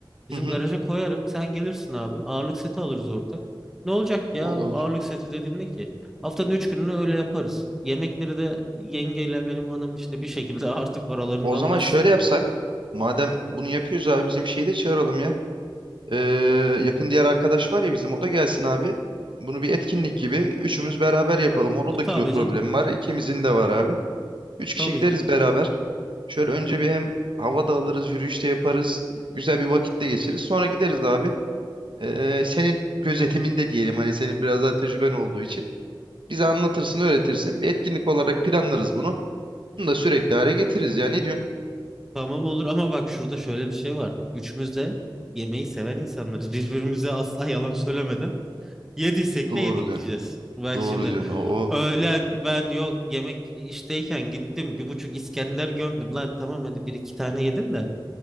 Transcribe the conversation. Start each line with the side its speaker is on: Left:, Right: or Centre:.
Centre: Bizim
Right: Hı hı.
Centre: garaja koyarım. Sen gelirsin abi. Ağırlık seti alırız ortak. Ne olacak ya
Right: Olur.
Centre: ağırlık seti dediğin ne ki? Haftanın 3 gününü öyle yaparız. Yemekleri de yengeyle benim hanım işte bir şekilde <laughs> artık aralarında
Right: O
Centre: anlaşsınlar.
Right: zaman şöyle yapsak. Madem bunu yapıyoruz abi bizim şeyi de çağıralım ya. Ee, yakın diğer arkadaş var ya bizim o da gelsin abi. Bunu bir etkinlik gibi üçümüz beraber yapalım. Onun da
Centre: Tabii
Right: kilo problemi
Centre: canım
Right: var. ikimizin de var abi. Üç
Centre: tabii
Right: kişi gideriz
Centre: ki.
Right: beraber. Şöyle önce bir hem hava da alırız, yürüyüş de yaparız. Güzel bir vakitte geçiririz. Sonra gideriz abi. Ee, senin gözetiminde diyelim hani senin biraz daha tecrüben olduğu için. Bize anlatırsın, öğretirsin. Bir etkinlik olarak planlarız bunu. Bunu da sürekli hale getiririz ya. Ne diyorsun?
Centre: Tamam olur ama bak şurada şöyle bir şey var. Üçümüz de yemeği seven insanlarız. Birbirimize asla yalan söylemeden yediysek
Right: Doğru
Centre: de yedik
Right: diyorsun.
Centre: diyeceğiz. Bak
Right: Doğru
Centre: şimdi
Right: diyorsun. O, o.
Centre: Öğlen ben yok yemek işteyken gittim bir buçuk İskender gömdüm. Lan tamam hadi bir iki tane yedin de